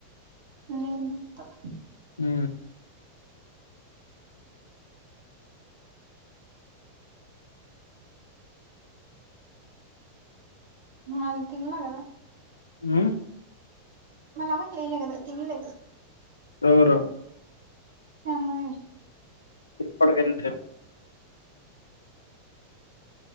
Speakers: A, on the right; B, on the left.
A: మ్
B: హ్
A: మాల్ తినాలా కదా
B: హ్
A: మా లాగా చేయలే కదా తిన్లేదు.
B: ఎవరు
A: సమయి
B: ఇప్పుడ్ ఎం ఎన్